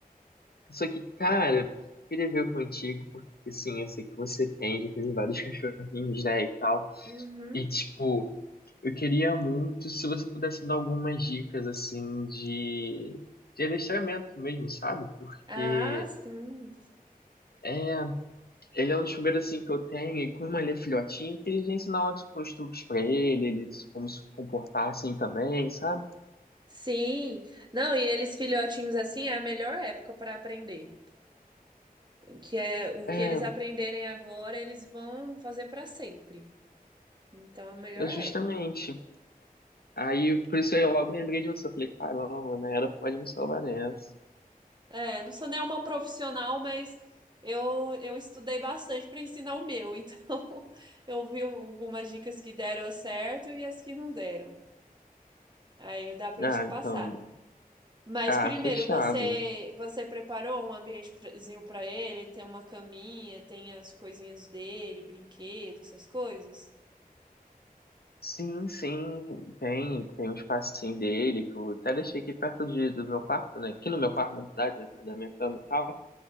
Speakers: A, on the left; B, on the right.
A: só que, cara, queria ver contigo, porque assim, eu sei que você tem, já teve vários cachorrinhos, né, e tal.
B: Uhum.
A: E tipo, eu queria muito se você pudesse dar algumas dicas assim de de adestramento mesmo, sabe? Porque
B: Ah, sim.
A: É, ele é um dos primeiros assim que eu tenho, e como ele é filhotinho, que eles ensinam ótimos costumes pra ele, ele se- como se comportar assim também, sabe?
B: Sim. Não, e eles filhotinhos assim é a melhor época pra aprender. Que é o
A: É,
B: que eles aprenderem agora, eles vão fazer pra sempre. Então é a melhor
A: é justamente.
B: época.
A: Aí, por isso aí eu logo lembrei de você. Eu falei, caramba, né? Ela pode me salvar nessa.
B: É, não sou nem uma profissional, mas eu, eu estudei bastante pra ensinar o meu. Então <laughs> eu vi algumas dicas que deram certo e as que não deram. Aí dá para
A: Ah,
B: eu te passar.
A: então.
B: Mas
A: Ah,
B: primeiro,
A: fechado.
B: você você preparou um ambientezinho para ele? Tem uma caminha, tem as coisinhas dele, brinquedos, essas coisas?
A: Sim, sim, tem, tem um espacinho dele que eu até deixei aqui perto de, do meu quarto, né? Aqui no meu quarto, na verdade, né? Perto da minha cama e tal.